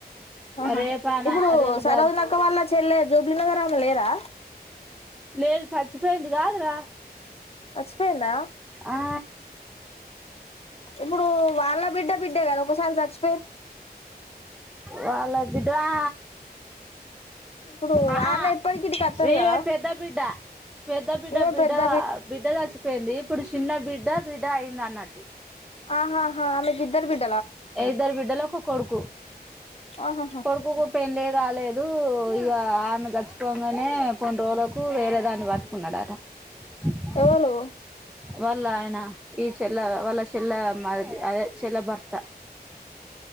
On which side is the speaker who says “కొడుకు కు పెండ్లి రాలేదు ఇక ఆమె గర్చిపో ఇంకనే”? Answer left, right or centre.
Centre